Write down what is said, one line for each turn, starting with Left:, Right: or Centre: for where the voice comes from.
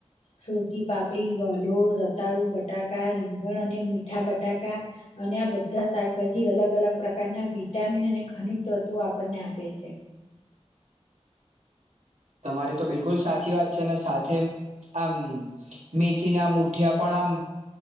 Left: સુરતી પાપડી વલોળ રતાળુ બટાકા રીંગણ અને મીઠા બટાકા અને આ બધા શાકભાજી અલગ અલગ પ્રકારના વિટામિન અને ખનિજ તત્વો આપણને આપે છે.
Right: તમારી તો બિલકુલ સાચી વાત છે સાથે આમ મેથી ના મુઠિયા પણ આમ